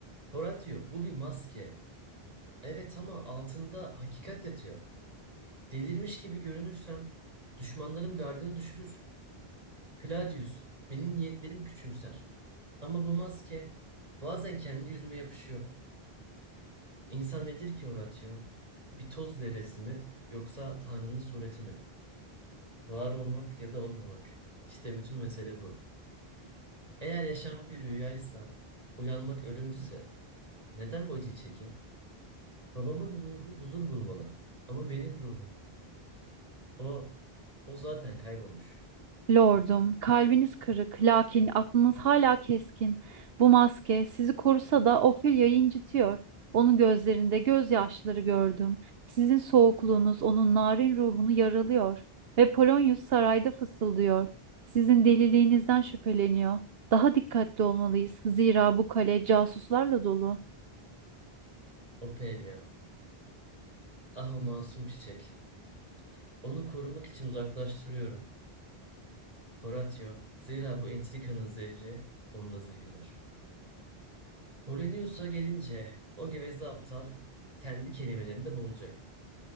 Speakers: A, on the right (about 40°); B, on the right (about 70°).
A: Horatio bu bir maske. Evet ama altında hakikat yatıyor. Delirmiş gibi görünürsem düşmanlarım gardını düşürür. Claudius benim niyetlerimi küçümser. Ama bu maske bazen kendi yüzüme yapışıyor. İnsan nedir ki Horatio? Bir toz zerresi mi yoksa Tanrı'nın sureti mi? Var olmak ya da olmamak. İşte bütün mesele bu. Eğer yaşam bir rüyaysa, uyanmak ölümse, neden bu acıyı çekeyim? Babamın ruhu huzur bulmalı. Ama benim ruhum, o, o zaten kaybolmuş.
B: Lordum, kalbiniz kırık, lakin aklınız hala keskin. Bu maske sizi korusa da Ophelia'yı incitiyor. Onun gözlerinde gözyaşları gördüm. Sizin soğukluğunuz onun narin ruhunu yaralıyor. Ve Polonius sarayda fısıldıyor. Sizin deliliğinizden şüpheleniyor. Daha dikkatli olmalıyız. Zira bu kale casuslarla dolu.
A: O Ophelia, ah o masum çiçek. Onu korumak için uzaklaştırıyorum. Horatio, zira bu entrikanın zehri onu da zehirler. Polonius'a gelince o geveze aptal kendi kelimelerinde boğulacak.